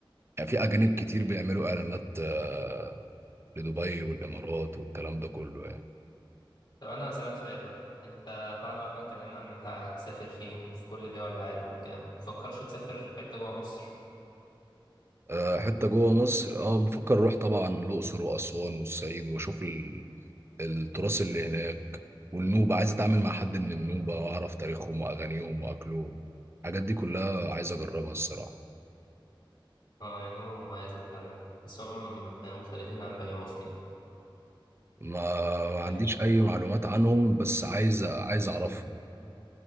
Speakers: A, on the right (about 30°); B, on the left (about 50°).
A: يعني في اجانب كتير
B: يعني
A: بيعملوا اعلانات آه، لدبي والامارات والكلام ده كله يعني
B: طب أنا هسألك سؤال بقى أنت بعد ما احنا اتكلمنا عن أنت هتسافر فين في كل دول العالم وبتاع مفكرش تسافر حتة جوه مصر
A: آه، حتى جوه مصر اه بفكر اروح طبعا الاقصر واسوان والصعيد واشوف ال- التراث اللي هناك والنوبة عايز اتعامل مع حد من النوبة واعرف تاريخهم واغانيهم واكلهم الحاجات دي كلها عايز اجربها الصراحة
B: اه يعني نمرة مميزة فعلا تحسهم مختلفين عن باقي المصريين
A: ما ما عنديش
B: لكن
A: اي معلومات عنهم بس عايز عايز اعرفهم